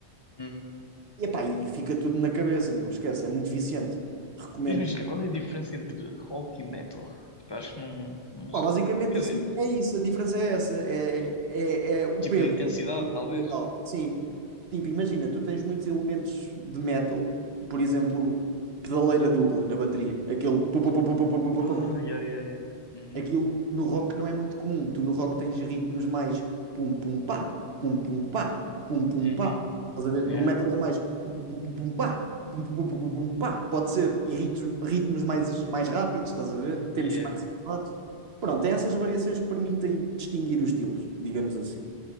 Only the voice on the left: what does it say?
Uhum.
Mas imagina, qual é a diferença entre rock e metal? Tipo, acho que não, não...
se-
Quer
dizer,
tipo
de intensidade, talvez.
Ah,
yeah, yeah, yeah. Uhum.
Uhum.
Yeah.
Yeah.